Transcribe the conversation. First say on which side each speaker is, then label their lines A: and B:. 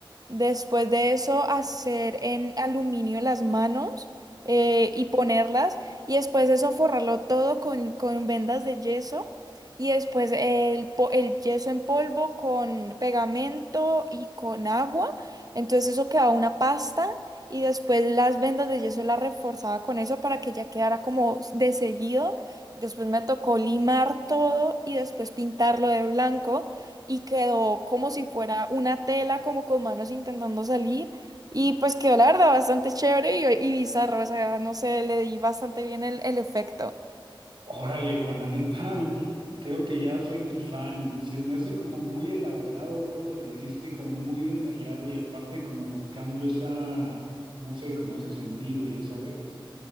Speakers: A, on the right (about 45°); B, on the right (about 65°).
A: Después de eso, hacer en aluminio las manos eh, y ponerlas. Y después de eso, forrarlo todo con, con vendas de yeso. Y después el, po- el yeso en polvo con pegamento y con agua. Entonces eso quedaba una pasta. Y después las vendas de yeso las reforzaba con eso para que ya quedara como de seguido. Después me tocó limar todo y después pintarlo de blanco y quedó como si fuera una tela, como con manos intentando salir. Y pues quedó la verdad bastante chévere y, y bizarro, o sea, no sé, le di bastante bien el, el efecto.
B: Órale, Juana, neta, creo que ya soy tu fan. Se me hace como muy elaborado todo lo que hiciste, como muy detallado y aparte como buscando esa, no sé, como ese sentido, ya sabes.